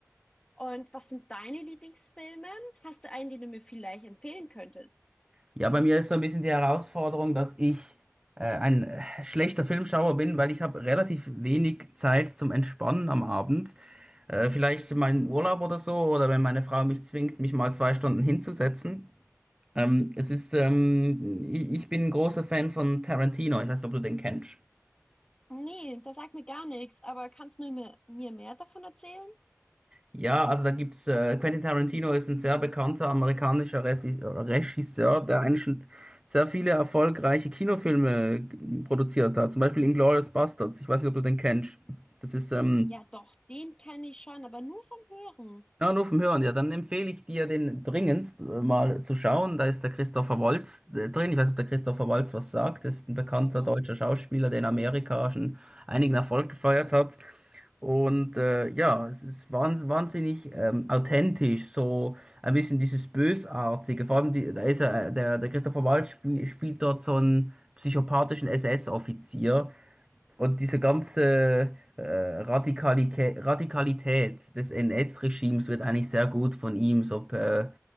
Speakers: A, on the left; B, on the right.
A: Und was sind deine Lieblingsfilme? Hast du einen, den du mir vielleicht empfehlen könntest?
B: Ja, bei mir ist so ein bisschen die Herausforderung, dass ich äh, ein äh, schlechter Filmschauer bin, weil ich habe relativ wenig Zeit zum Entspannen am Abend. Äh, vielleicht mal im Urlaub oder so, oder wenn meine Frau mich zwingt, mich mal zwei Stunden hinzusetzen. Ähm, es ist, ähm, ich, ich bin ein großer Fan von Tarantino. Ich weiß nicht, ob du den kennst.
A: Nee, das sagt mir gar nichts, aber kannst du mir, mir mehr davon erzählen?
B: Ja, also da gibt's äh, Quentin Tarantino ist ein sehr bekannter amerikanischer Resi- Regisseur, der eigentlich schon sehr viele erfolgreiche Kinofilme g- produziert hat. Zum Beispiel Inglourious Basterds. Ich weiß nicht, ob du den kennst. Das ist ähm,
A: Ja, doch, den kenne ich schon, aber nur vom Hören.
B: ja, nur vom Hören. Ja, dann empfehle ich dir den dringendst äh, mal zu schauen. Da ist der Christopher Waltz äh, drin. Ich weiß nicht, ob der Christopher Waltz was sagt. Das ist ein bekannter
A: Hm,
B: deutscher Schauspieler, der in Amerika schon einigen Erfolg gefeiert hat. Und äh, ja, es ist wahns- wahnsinnig ähm, authentisch, so ein bisschen dieses Bösartige. Vor allem, die, da ist er, äh, der, der Christopher Waltz spiel, spielt dort so einen psychopathischen SS-Offizier. Und diese ganze äh, Radikalität, Radikalität des NS-Regimes wird eigentlich sehr gut von ihm so per,